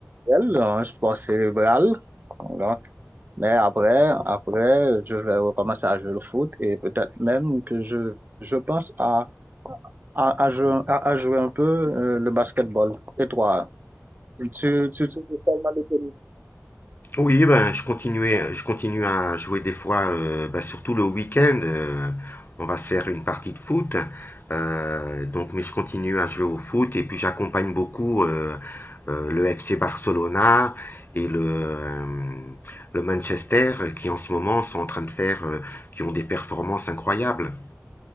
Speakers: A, on the right; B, on the left.
A: intellectuel, un sport cérébral. Voilà. Mais après, après, je vais recommencer à jouer au foot et peut-être même que je, je pense à à, à jouer, à, à jouer un peu euh, le basketball. Et toi, tu, tu, tu, tu parles de quel-
B: Oui, ben je continuais, je continue à jouer des fois, euh, ben, surtout le week-end. euh, on va se faire une partie de foot. Euh, donc, mais je continue à jouer au foot et puis j'accompagne beaucoup euh, euh, le FC Barcelona et le, euh, le Manchester qui en ce moment sont en train de faire, euh, qui ont des performances incroyables.